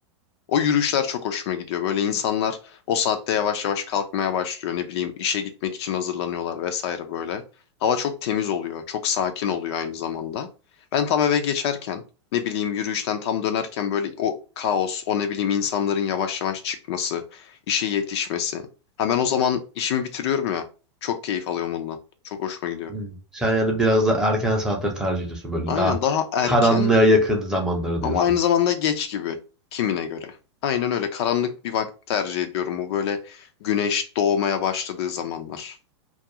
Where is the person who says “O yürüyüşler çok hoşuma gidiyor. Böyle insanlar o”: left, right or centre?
Left